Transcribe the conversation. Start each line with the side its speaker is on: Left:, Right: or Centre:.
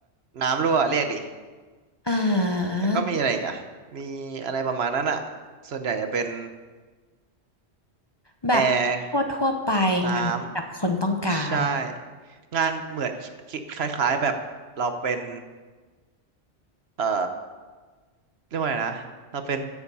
Right: น้ำรั่วเรียกดิ
Left: อ่า
Right: แล้วก็มีอะไรอีกอะมีอะไรประมาณนั้นอะส่วนใหญ่จะเป็น
Left: แบบทั่วทั่วไปงานที่แบบคนต้องการ
Right: แอร์น้ำใช่งานเหมือนคิคล้ายๆแบบเราเป็นเอ่อเรียกว่าไงนะเราเป็น